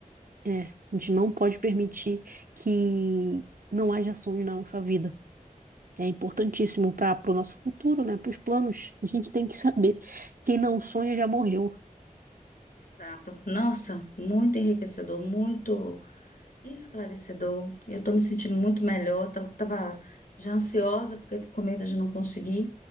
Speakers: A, on the right; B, on the left.
A: É, a gente não pode permitir que não haja sonho na nossa vida. É importantíssimo para o nosso futuro, né? Para os planos. A gente tem que saber. que Quem não sonha já morreu.
B: Exato. Nossa, muito enriquecedor, muito esclarecedor. Eu estou me sentindo muito melhor. Tava, tava já ansiosa, porque tô com medo de não conseguir